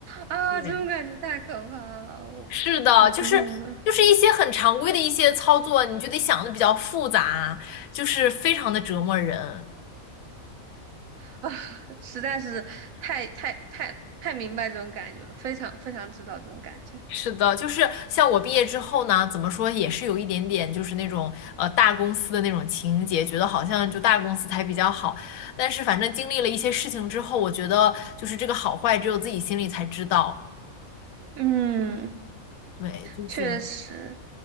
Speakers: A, on the right; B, on the left.
A: 啊，
B: 对，
A: 这种感觉太可怕了。我
B: 是的，
A: 我知道的
B: 就是就是一些很常规的一些操作，你就得想的比较复杂，就是非常的折磨人。
A: 啊，实在是太太太太明白这种感觉了，非常非常知道这种感觉。
B: 是的，就是像我毕业之后呢，怎么说也是有一点点就是那种呃大公司的那种情节，觉得好像就大公司才比较好。但是反正经历了一些事情之后，我觉得就是这个好坏只有自己心里才知道。
A: 嗯，
B: 对，就是
A: 确实。